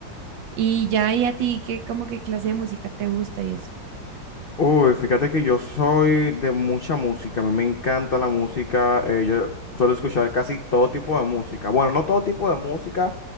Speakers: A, on the right; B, on the left.
A: y ya, ¿y a ti qué, como qué clase de música te gusta y eso?
B: Uy, fíjate que yo soy de mucha música, a mí me encanta la música, eh, yo suelo escuchar casi todo tipo de música, bueno, no todo tipo de música,